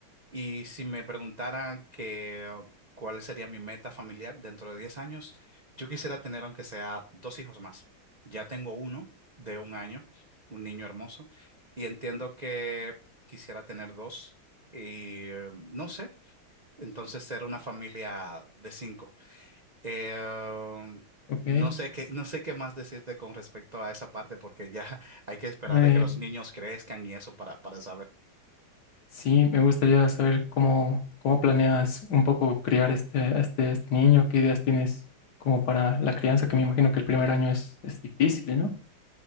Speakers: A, on the right; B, on the left.
A: Y si me preguntaran que uh, cuál sería mi meta familiar dentro de 10 años, yo quisiera tener aunque sea dos hijos más. Ya tengo uno de un año, un niño hermoso, y entiendo que quisiera tener dos y eh, no sé, entonces ser una familia de cinco. Eh,
B: Ok.
A: no
B: Eh,
A: sé qué, no sé qué más decirte con respecto a esa parte porque ya <laughs> hay que esperar
B: Eh,
A: a que los niños crezcan y eso para, para saber.
B: Sí, me gustaría saber cómo, cómo planeas un poco criar este, a este, este niño, qué ideas tienes como para la crianza, que me imagino que el primer año es, es difícil, ¿no?